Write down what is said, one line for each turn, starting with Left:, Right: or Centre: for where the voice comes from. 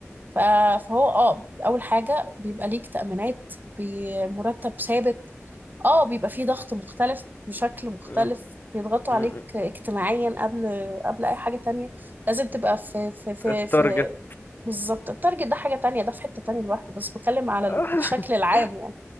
Right: ف... فهو اه أول حاجة بيبقى ليك تأمينات بمرتب ثابت اه بيبقى فيه ضغط مختلف بشكل مختلف
Left: مم. مم.
Right: بيضغطوا عليك
Left: مم.
Right: اجتماعيا قبل قبل اي حاجة تانية لازم تبقى في في في
Left: والتارجت
Right: في بالظبط التارجت ده حاجة تانية ده في حتة تانية لوحده بس بتكلم على
Left: <laughs>
Right: ال- الشكل العام يعني